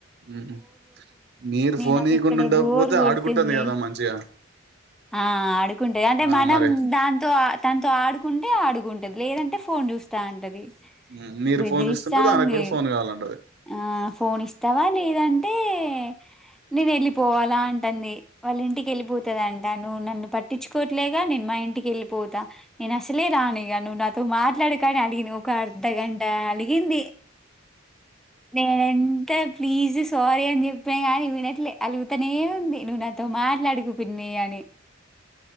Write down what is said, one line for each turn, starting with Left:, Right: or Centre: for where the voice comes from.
Right: హ్మ్మ్ మీరు ఫోనీయికుండా
Centre: నాకు ఇక్కడ
Right: ఉండకపోతే
Centre: బోర్ కొడుతుంది
Right: ఆడుకుంటుంది కదా మంచిగా
Centre: ఆ ఆడుకుంటది అంటే
Right: ఆ
Centre: మనం
Right: మరి
Centre: దాంతో తన్ తో ఆడుకుం టే అడుగుంటది లేదంటే ఫోన్ చూస్తా ఉంటది
Right: ఉమ్, మీరు
Centre: బెదిరిస్తాంది
Right: ఫోన్ చూస్తుంటే దానికి కూడా ఫోన్ కావాలంటది
Centre: ఆ ఫోన్ ఇస్తావా లేదంటే హే నేను వెళ్ళిపోవాల అం అన్ని వాళ్ళ ఇంటికి వెళ్ళిపోతది అం నన్ను పట్టించుకోవట్లేగా నే మా ఇంటికి వెళ్ళిపోతా నేను అసలే రానిగా నువ్వు నాతో మాట్లాడ కాని అలిగంది ఒక అర్ధగంట అలిగింది నేన్ ప్లీజ్ సారీ అని చెప్పిన కాగాని వినట్లే అలుగుతనే ఉంది నువ్వు నాతో మాట్లాడుకు పిన్ని అని